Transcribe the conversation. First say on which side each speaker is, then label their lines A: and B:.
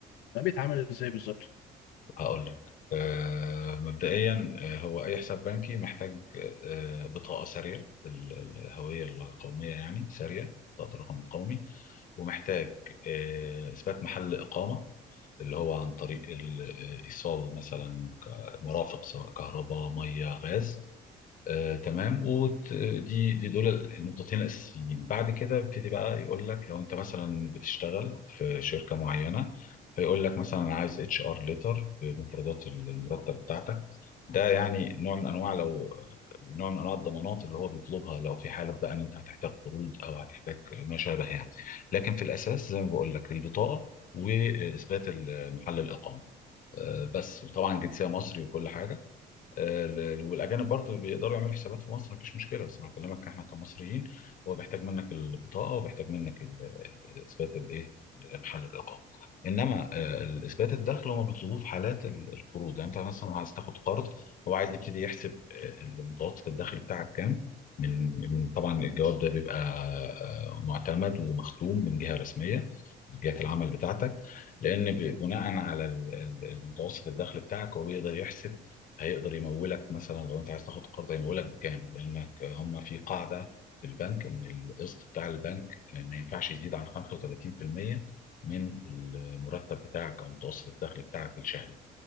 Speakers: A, on the left; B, on the left.
A: ده بيتعمل ازاي بالظبط
B: هقول لك آه، مبدئيا آه، هو اي حساب بنكي محتاج آه، بطاقه ساريه ال- ال- الهويه القوميه يعني ساريه بطاقه الرقم القومي ومحتاج آه، اثبات محل اقامه اللي هو عن طريق الايصال مثلا ك- مرافق سواء كهرباء ميه غاز آه، تمام ودي دي دول النقطتين الاساسيين بعد كده يبتدي بقى يقول لك لو انت مثلا بتشتغل في شركه معينه فيقول لك مثلا انا عايز اتش ار ليتر بمفردات المرتب بتاعتك ده يعني نوع من انواع لو نوع من انواع الضمانات اللي هو بيطلبها لو في حاله بقى ان انت هتحتاج قروض او هتحتاج ما شابه يعني لكن في الاساس زي ما بقول لك البطاقه واثبات محل الاقامه آه، بس طبعا جنسيه مصري وكل حاجه آه، ال- والاجانب برضه بيقدروا يعملوا حسابات في مصر مفيش مشكله بس انا بكلمك احنا كمصريين هو بيحتاج منك البطاقه وبيحتاج منك اثبات الايه محل الاقامه انما آه، اثبات الدخل هم بيطلبوه في حالات ال- القروض يعني انت مثلا عايز تاخد قرض هو عايز يبتدي يحسب آه، متوسط الدخل بتاعك كام من من- طبعا الجواب ده بيبقى آه، معتمد ومختوم من جهه رسميه جهه العمل بتاعتك لان ب- بناء على ال- ال- المتوسط الدخل بتاعك هو بيقدر يحسب هيقدر يمولك مثلا لو انت عايز تاخد قرض هيمولك بكام لانك هم في قاعده في البنك ان القسط بتاع البنك آه، ما ينفعش يزيد عن 35% من المرتب بتاعك او متوسط الدخل بتاعك الشهري